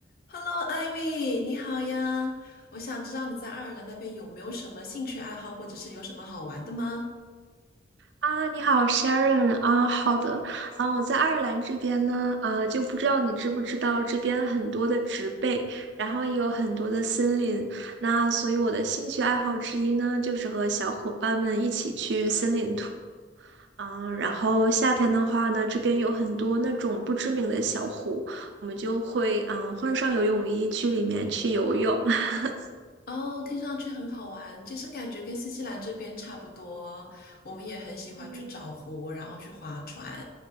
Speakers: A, on the left; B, on the right.
A: Hello, Ivy，你好呀！我想知道你在爱尔兰那边有没有什么兴趣爱好，或者是有什么好玩的吗？
B: 啊，你好，Sharon 啊，好的，啊，我在爱尔兰这边呢，呃，就不知道你知不知道，这边很多的植被，然后也有很多的森林，那所以我的兴趣爱好之一呢，就是和小伙伴们一起去森林徒嗯，啊然后夏天的话呢，这边有很多那种不知名的小湖，我们就会嗯换上游泳衣去里面去游泳，<laughs>
A: 哦，听上去很好玩，其实感觉跟新西兰这边差不多。我们也很喜欢去找湖，
B: 嗯，
A: 然后去划船，